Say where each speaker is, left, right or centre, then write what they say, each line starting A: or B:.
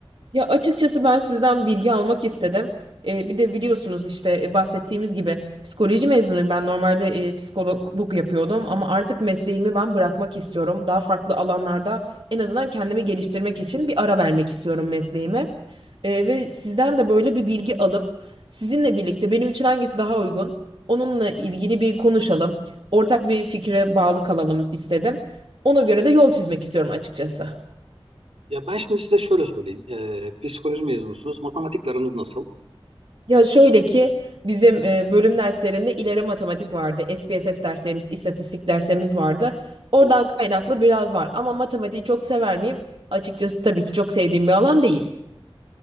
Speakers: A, on the right; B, on the right.
A: Ya açıkçası ben sizden bilgi almak istedim. Ee, bir de biliyorsunuz işte e, bahsettiğimiz gibi psikoloji mezunuyum. Ben normalde e, psikologluk yapıyordum ama artık mesleğimi ben bırakmak istiyorum. Daha farklı alanlarda en azından kendimi geliştirmek için bir ara vermek istiyorum mesleğime. Ee, ve sizden de böyle bir bilgi alıp sizinle birlikte benim için hangisi daha uygun? Onunla ilgili bir konuşalım. Ortak bir fikre bağlı kalalım istedim. Ona göre de yol çizmek istiyorum açıkçası.
B: Ya ben şimdi size şöyle söyleyeyim. Ee, psikoloji mezunusunuz. Matematikle aranız nasıl?
A: Ya şöyle ki bizim e, bölüm derslerinde ileri matematik vardı. SPSS derslerimiz, istatistik derslerimiz vardı. Oradan
B: O.
A: kaynaklı biraz var. Ama matematiği çok sever miyim? Açıkçası tabii ki çok sevdiğim bir alan değil.